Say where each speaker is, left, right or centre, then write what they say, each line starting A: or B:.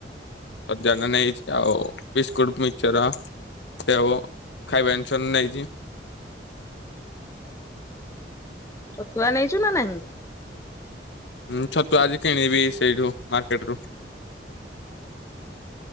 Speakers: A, on the left (about 80°); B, on the left (about 15°).
A: ଅଜନା ନେଇଛି ଆଉ ବିସ୍କୁଟ ମିଶ୍ଚର। ସେ ହବ ଖାଇବା ଜିନିଷ ନେଇଛି।
B: ଛତୁଆ ନେଇଛୁ ନା ନାହିଁ?
A: ହୁଁ ଛତୁଆ ଆଜି କିଣିବି ସେଇଠୁ ମାର୍କେଟ ରୁ।